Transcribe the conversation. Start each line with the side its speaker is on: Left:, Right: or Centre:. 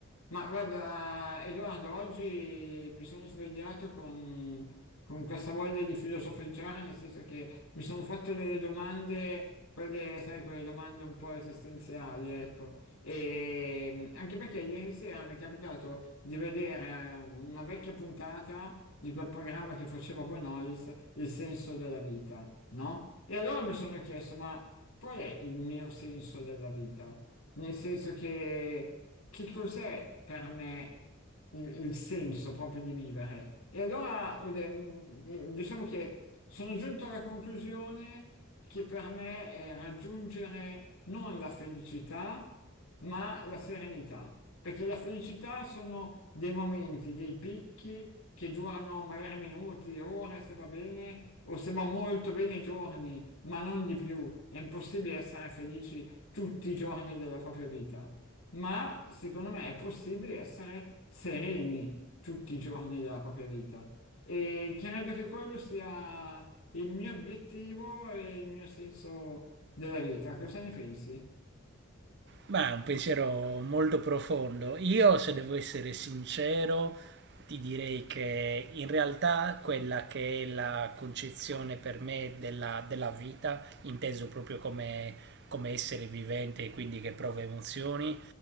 Left: Ma guarda, Edoardo, oggi mi sono svegliato con, con questa voglia di filosofeggiare, nel senso che mi sono fatto delle domande, quelle, sai, quelle domande un po' esistenziali, ecco. E mh, anche perché ieri sera mi è capitato di vedere eh, una vecchia puntata di quel programma che faceva Bonolis, Il senso della vita, no? E allora mi sono chiesto, ma qual è il mio senso della vita? Nel senso che, che cos'è per me il, il senso proprio di vivere? E allora ho de- diciamo che sono giunto alla conclusione che per me è raggiungere non la felicità, ma la serenità. Perché la felicità sono dei momenti, dei picchi che durano magari minuti, ore, se va bene, o se va molto bene giorni, ma non di più. È impossibile essere felici tutti i giorni della propria vita, ma secondo me è possibile essere sereni tutti i giorni della propria vita. E credo che quello sia il mio obiettivo e il mio senso della vita. Cosa ne pensi?
Right: Ma è un pensiero molto profondo. Io, se devo essere sincero, ti direi che in realtà quella che è la concezione per me della, della vita, inteso proprio come, come essere vivente e quindi che prova emozioni,